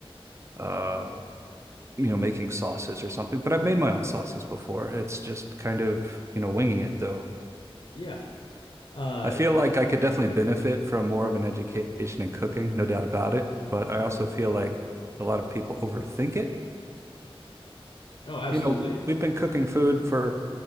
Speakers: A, on the right; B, on the left.
A: uh you know making sauces or something. But I've made my own sauces before. It's just kind of, you know, winging it though.
B: Yeah.
A: <laughs>
B: Uh,
A: I feel like I could definitely benefit from more of an education in cooking, no doubt about it, but I also feel like a lot of people overthink it
B: Oh, absolutely.
A: You know, we've been cooking food for